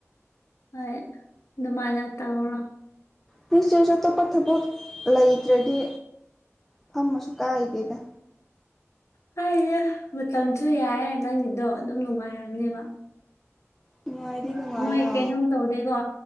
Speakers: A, on the left; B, in the centre.
A: ꯍꯣꯏ ꯑꯗꯨꯃꯥꯏꯅ ꯇꯧꯔꯣ
B: ꯀꯔꯤꯁꯨ ꯑꯇꯣꯞꯄ ꯊꯕꯛ ꯂꯩꯇ꯭ꯔꯗꯤ ꯐꯝꯃꯁꯨ ꯀꯥꯏꯗꯦꯗ
A: ꯍꯥꯏꯅꯦ ꯃꯇꯝꯁꯨ ꯌꯥꯏꯌꯦ ꯅꯪꯒꯤꯗꯣ ꯑꯗꯨꯝ ꯅꯨꯡꯉꯥꯏꯔꯝꯅꯦꯕ
B: ꯅꯨꯡꯉꯥꯏꯗꯤ ꯅꯨꯡꯉꯥꯏꯌꯦ
A: ꯅꯣꯏ ꯀꯩꯅꯣꯝ ꯇꯧꯗꯦꯀꯣ